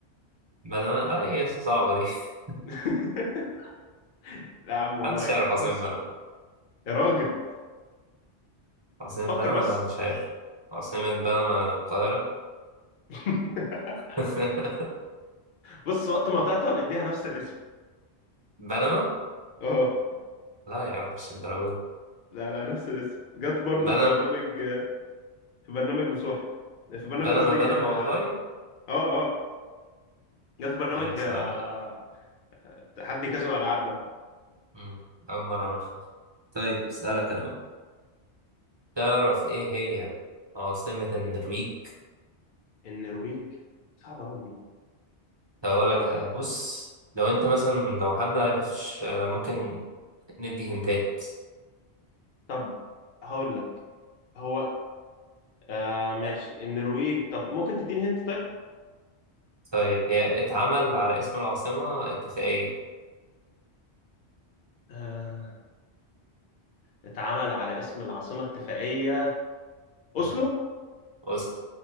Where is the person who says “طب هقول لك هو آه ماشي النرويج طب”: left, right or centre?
Left